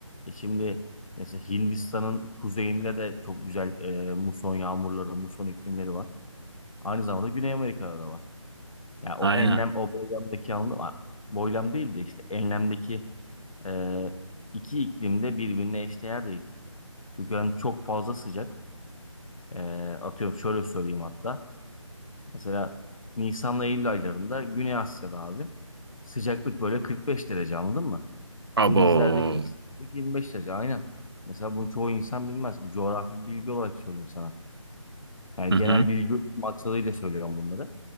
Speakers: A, on the left (about 80°); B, on the right (about 50°).
A: E şimdi mesela Hindistan'ın kuzeyinde de çok güzel e, muson yağmurları, muson iklimleri var. Aynı zamanda Güney Amerika'da da var. Yani o
B: Aynen.
A: enlem, o boylamdaki anlamda var. Boylam değil de işte enlemdeki e, iki iklim de birbirine eşdeğer değil. Çünkü hani çok fazla sıcak. E, atıyorum şöyle söyleyeyim hatta. Mesela Nisan'la Eylül aylarında Güney Asya'da abi sıcaklık böyle 45 derece anladın mı?
B: Abo.
A: Denizlerde gene sıcaklık 25 derece aynen. Mesela bunu çoğu insan bilmez. Bu coğrafi bir bilgi olarak söyleyeyim sana. Yani
B: Hı hı.
A: genel bilgi maksadıyla söylüyorum bunları.